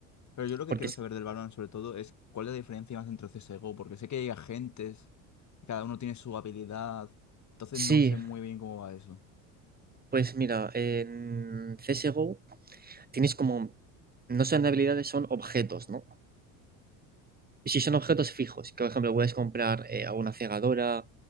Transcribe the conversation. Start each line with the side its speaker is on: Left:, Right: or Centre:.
Left: Pero yo lo que
Right: Porque
Left: quiero
Right: es-
Left: saber del Valorant sobre todo es cuál es la diferencia más entre CSGO, porque sé que hay agentes y cada uno tiene su habilidad. Entonces
Right: sí,
Left: no sé muy bien cómo va eso. O
Right: pues mira, en CSGO tienes como, no son habilidades, son objetos, ¿no? Y si son objetos fijos, que por ejemplo puedes comprar eh, alguna cegadora